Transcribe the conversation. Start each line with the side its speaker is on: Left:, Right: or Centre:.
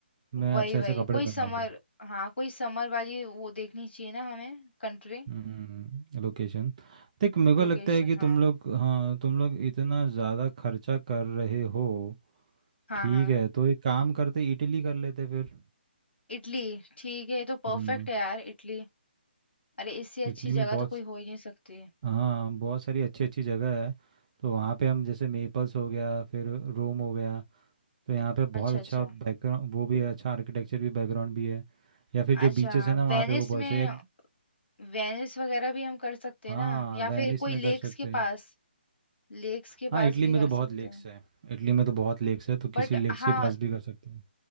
Right: में
Left: वही
Right: अच्छे अच्छे
Left: वही
Right: कपड़े
Left: कोई
Right: पहनोगे
Left: समर हाँ कोई समर वाली वो देखनी चाहिए ना हमें कंट्री
Right: हम्म लोकेशन देख मेरे को
Left: लोकेशन
Right: लगता है कि
Left: हाँ
Right: तुम लोग हाँ तुम लोग इतना ज़्यादा खर्चा कर रहे हो
Left: हाँ
Right: ठीक
Left: हाँ
Right: है तो एक काम करते इटली कर लेते फिर
Left: इटली ठीक है ये तो परफेक्ट
Right: हम्म
Left: है यार इटली अरे इससे अच्छी
Right: इटली
Left: जगह
Right: में बहुत
Left: तो कोई
Right: स-
Left: हो ही नहीं सकती
Right: हाँ बहुत सारी अच्छी अच्छी जगह है तो वहाँ पे हम जैसे मेपल्स हो गया फिर रोम हो गया तो यहाँ पे
Left: अच्छा
Right: बहुत अच्छा
Left: अच्छा
Right: बैकग्राउंड वो भी है अच्छा आर्किटेक्चर भी बैकग्राउंड भी है या फिर जो
Left: अच्छा
Right: बीचेस है ना वहाँ
Left: वेनिस
Right: पे वो बहुत
Left: में
Right: अच्छा है
Left: वेनिस वगैरह भी हम कर सकते हैं
Right: हाँ
Left: ना या
Right: वेनिस
Left: फिर कोई
Right: में
Left: लेक्स
Right: कर सकते
Left: के
Right: हैं
Left: पास लेक्स के
Right: हाँ
Left: पास
Right: इटली
Left: भी
Right: में
Left: कर
Right: तो बहुत
Left: सकते
Right: लेक्स
Left: हैं
Right: है इटली में तो बहुत लेक्स है तो
Left: बट
Right: किसी लेक्स
Left: हाँ
Right: के पास भी कर सकते हैं